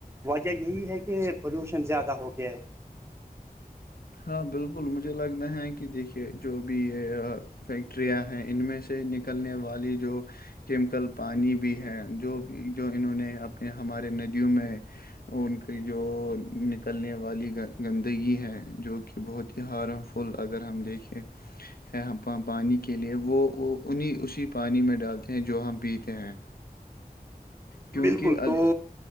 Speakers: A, on the right (about 15°); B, on the left (about 75°).
A: وجہ یہی ہے کہ پلوشن زیادہ ہو گیا ہے
B: ہاں بالکل مجھے لگنا ہے کہ دیکھیے جو بھی ہے یار فیکٹریاں ہیں ان میں سے نکلنے والی جو کیمیکل پانی بھی ہے جو جو انہوں نے اپنے ہمارے ندیوں میں ان کی جو نکلنے والی گندگی ہے جو کہ بہت ہی ہارم فل اگر ہم دیکھیں ہیں ہم پانی کے لیے وہ وہ انہیں اسی پانی میں ڈالتے ہیں جو ہم پیتے ہیں کیونکہ
A: بالکل تو
B: اگ-